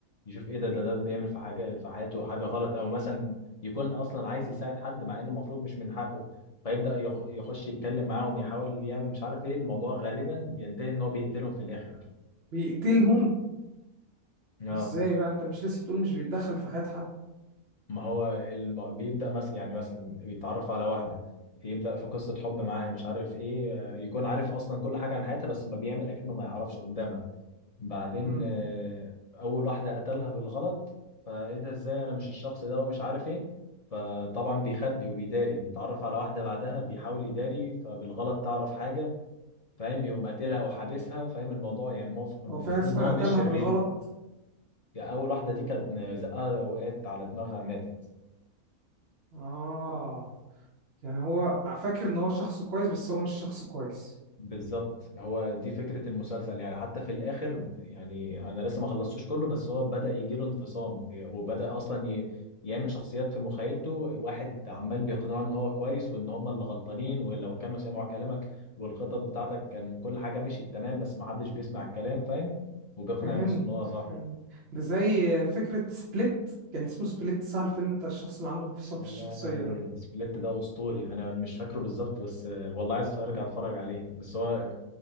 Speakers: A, on the left (about 65°); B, on the right (about 50°).
A: يشوف ايه ده ده ده بيعمل في حاجه في حياته حاجه غلط او مثلا يكون اصلا عايز يساعد حد مع ان المفروض مش من حقه فيبدا يغ- يخش يتكلم معاهم يحاول يعمل مش عارف ايه الموضوع غالبا بينتهي ان هو بيقتلهم في الاخر
B: بيقتلهم
A: اه
B: ازاي بقى انت مش لسه بتقول مش بيتدخل في حياة حد
A: ما هو الم... بيبدا مثلا يعني مثلا بيتعرف على واحده يبدا في قصه حب معاها مش عارف ايه آه، يكون عارف اصلا كل حاجه عن حياتها بس ما بيعمل اكنه ما يعرفش قدامها بعدين
B: امم
A: آه، اول واحده قتلها بالغلط فايه ده ازاي انا مش الشخص ده ومش عارف ايه فطبعا بيخبي وبيداري يتعرف على واحده بعدها بيحاول يداري فبالغلط تعرف حاجه فاهم يقوم قاتلها او حابسها فاهم الموضوع يعني المف- المفروض
B: هو في حاجة اسمها
A: ان هو
B: قتلها
A: مش شرير
B: بالغلط
A: يعني اول واحده دي كانت زقها وقعت على دماغها ماتت
B: اه يعني هو فاكر ان هو شخص كويس بس هو مش شخص كويس
A: بالظبط هو دي فكرة المسلسل يعني حتى في الآخر يعني أنا لسه ما خلصتوش كله بس هو بدأ يجيله انفصام وبدأ أصلا ي... يعمل شخصيات في مخيلته واحد عمال بيقنعه إن هو كويس وإن هم اللي غلطانين ولو كانوا سمعوا كلامك والخطط بتاعتك كان كل حاجة مشيت تمام بس ما حدش بيسمع الكلام فاهم وبيقنع
B: فهمت
A: نفسه إن هو صح
B: فهمت ده زي فكرة سبليت كان اسمه سبليت صح الفيلم بتاع الشخص اللي عنده انفصام
A: يا
B: في الشخصية
A: لهوي
B: ده
A: السبليت ده أسطوري أنا مش فاكره بالظبط بس آه، والله عايز أرجع أتفرج عليه بس هو